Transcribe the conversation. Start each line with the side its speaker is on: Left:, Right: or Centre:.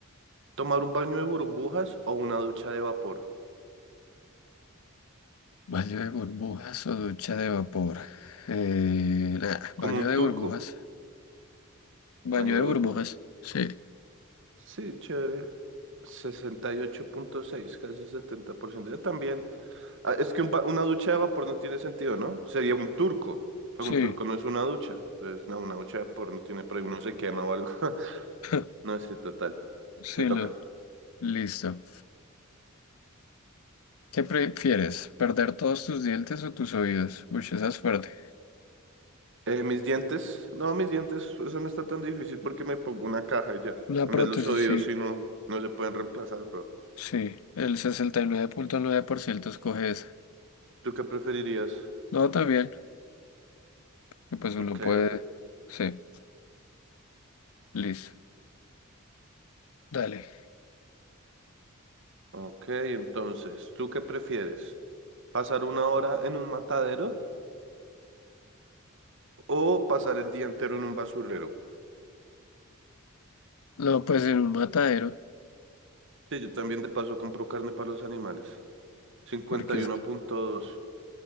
Right: ¿tomar un baño de burbujas o una ducha de vapor?
Left: Baño de burbujas o ducha de vapor. Eh, nah,
Right: Como
Left: baño
Right: un turco,
Left: de burbujas. Baño
Right: baño
Left: de
Right: de
Left: burbujas.
Right: burbujas.
Left: Sí,
Right: Sí, chévere. sesenta y ocho punto seis casi setenta por ciento Yo también. Ah, es que un ba- una ducha de vapor no tiene sentido, ¿no? Sería un turco, pero
Left: sí,
Right: un turco no es una ducha. Entonces, no, una ducha de vapor no tiene, pero uno se quema o algo. <laughs>
Left: <laughs>
Right: No, sí, total.
Left: sí,
Right: Te toca.
Left: lo. Listo. ¿Qué prefieres? ¿Perder todos tus dientes o tus oídos? Uy, esa es fuerte.
Right: Eh, mis dientes. No, mis dientes, eso no está tan difícil porque me pongo una caja y ya.
Left: La
Right: En
Left: prótesis,
Right: vez de los oídos,
Left: sí.
Right: sí, no, no se pueden reemplazar, bro.
Left: Sí, el sesenta y nueve nueve punto nueve por ciento escoge esa.
Right: ¿Tú qué preferirías?
Left: No, también. y Pues uno
Right: Ok,
Left: puede.
Right: ok.
Left: Sí, listo. Dale.
Right: Ok, entonces, ¿tú qué prefieres? ¿Pasar una hora en un matadero? O pasar el día entero en un basurero.
Left: No, pues en un matadero,
Right: Sí, yo también de paso compro carne para los animales. cincuenta
Left: porque
Right: y
Left: es
Right: uno punto dos